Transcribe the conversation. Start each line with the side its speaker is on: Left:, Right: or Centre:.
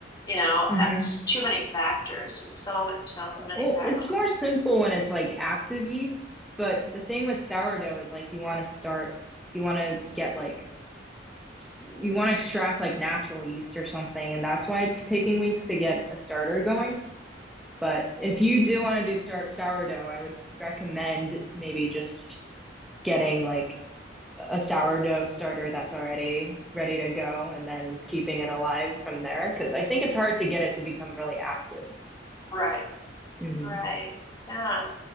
Left: you know,
Centre: hmm
Left: it's too many factors. It's so much, so many
Centre: Oh,
Left: factors.
Centre: it's more simple when it's like active yeast, but the thing with sourdough is like you want to start, you want to get like, s- you want to extract like natural yeast or something, and that's why it's taking weeks to get a starter going. But if you do want to do start sourdough, I would recommend maybe just getting like a sourdough starter that's already ready to go and then keeping it alive from there because I think it's hard to get it to become really active.
Left: Right.
Centre: hmm
Left: Right. Yeah.